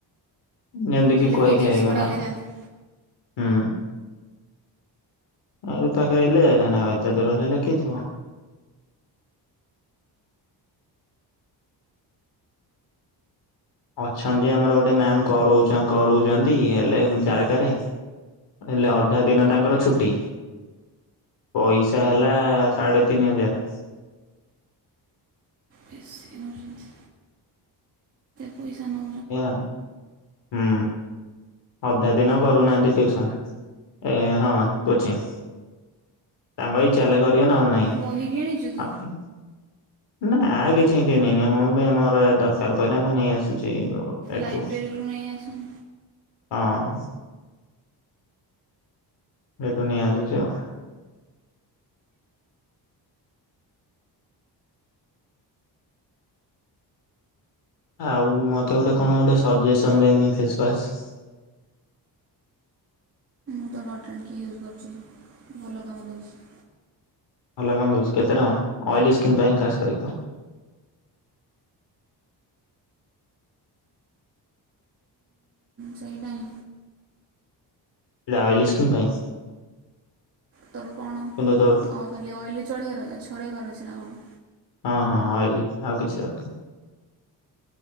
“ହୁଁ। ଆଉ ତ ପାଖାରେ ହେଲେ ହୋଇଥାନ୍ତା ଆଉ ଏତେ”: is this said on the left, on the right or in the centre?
Left